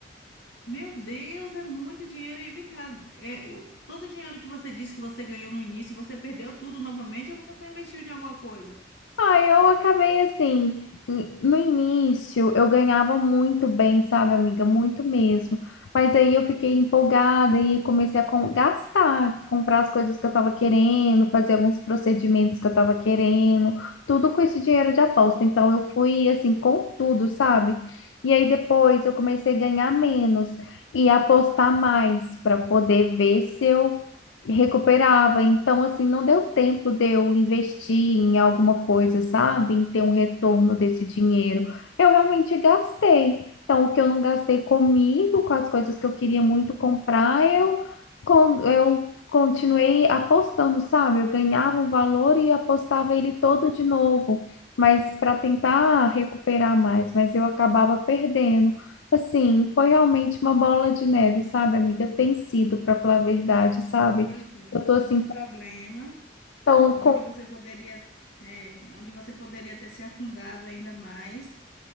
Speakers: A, on the left; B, on the left.
A: Meu Deus, é muito dinheiro. E vem cá, é, o- todo o dinheiro que você disse que você ganhou no início, você perdeu tudo novamente ou você investiu em alguma coisa?
B: Ah, eu acabei assim, ni- no início eu ganhava muito bem, sabe, amiga? Muito mesmo. Mas aí eu fiquei empolgada e comecei a com- gastar, comprar as coisas que eu tava querendo, fazer alguns procedimentos que eu tava querendo, tudo com esse dinheiro de aposta. Então eu fui assim com tudo, sabe? E aí depois eu comecei a ganhar menos e apostar mais para poder ver se eu recuperava. Então, assim, não deu tempo de eu investir em alguma coisa, sabe? Em ter um retorno desse dinheiro. Eu realmente gastei. Então, o que eu não gastei comigo, com as coisas que eu queria muito comprar, eu, con- eu continuei apostando, sabe? Eu ganhava um valor e apostava ele todo de novo, mas para tentar recuperar mais, mas eu acabava perdendo. Assim, foi realmente uma bola de neve, sabe, amiga? Tem sido, para falar a verdade, sabe?
A: Pois é,
B: Eu tô assim,
A: um problema.
B: então,
A: onde
B: com...
A: você poderia, é, onde você poderia ter se afundado ainda mais.